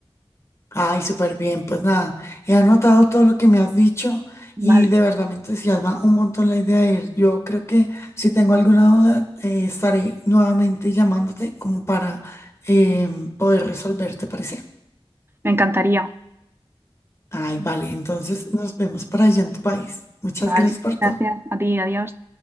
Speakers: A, on the left; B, on the right.
A: Ay, súper bien. Pues nada, he anotado todo lo que me has dicho
B: Vale,
A: y de verdad me entusiasma un montón la idea de ir. Yo creo que si tengo alguna duda, eh, estaré nuevamente llamándote como para eh, poder resolver, ¿te parece?
B: me encantaría.
A: Ay, vale, entonces nos vemos por allá en tu país. Muchas
B: Vale,
A: gracias por todo.
B: gracias a ti, adiós.